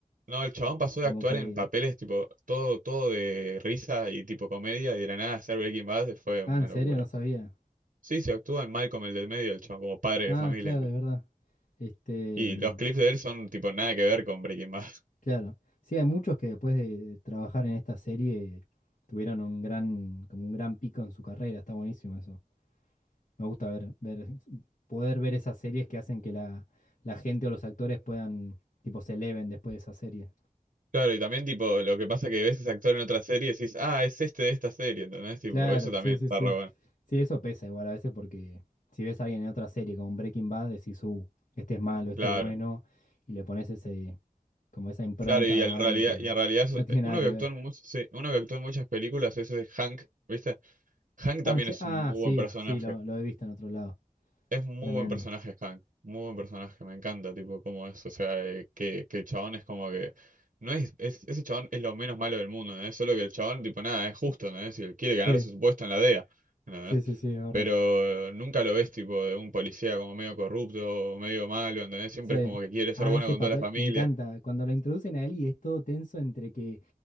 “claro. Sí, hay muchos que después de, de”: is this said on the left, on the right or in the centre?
Left